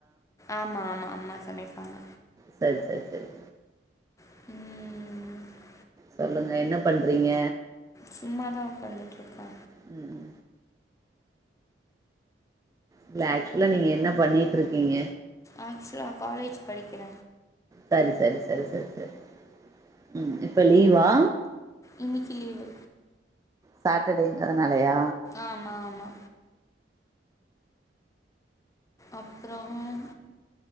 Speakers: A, on the left; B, on the right.
A: ஆமா ஆமா அம்மா சமைப்பாங்க
B: சர் சர் சரி
A: ம்
B: சொல்லுங்க என்ன பண்றீங்க
A: சும்மாதா ஒக்காந்துட்ருக்க
B: ம் இல்ல ஆக்சுலா நீங்க என்ன பண்ணீட்ருக்கீங்க
A: ஆக்சுவலா காலேஜ் படிக்கிற
B: சரி சரி சரி சரி ம் இப்ப லீவா
A: இன்னிக்கி லீவு
B: சாட்டர்டேங்கறனாலயா
A: ஆமா ஆமா அப்றோம்